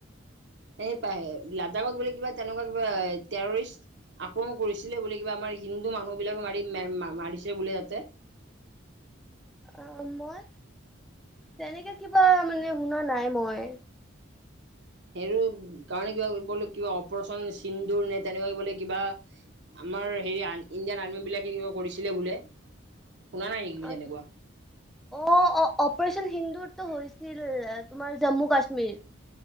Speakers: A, on the right; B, in the centre.
A: এ পাহে লাডাখত বুলি কিবা তেনেকুৱা কিবা তেৰৰিষ্ট আক্ৰমণ কৰিছিলে বুলি কিবা আমাৰ হিন্দু মানুহবিলাক মাৰি মে মা মাৰিছে বুলে ইয়াতে। <inaudible>
B: অ মই তেনেকে কিবা মানে শুনা নাই মই।
A: সেই ৰো কাৰণে কিবা কইবলে কিবা অপাৰচন চিন্দুৰ নে তেনেকৈ বোলে কিবা আমাৰ হেৰি ইণ্ডিয়ান আৰ্মী বিলাকে কিবা কৰিছিলে বোলে। শুনা নাই নেকি তুমি
B: অ
A: তেনেকুৱা?
B: অ অ অপাৰেচন হিন্দু টো হৈছিল তোমাৰ জম্মু কাশ্মীৰ।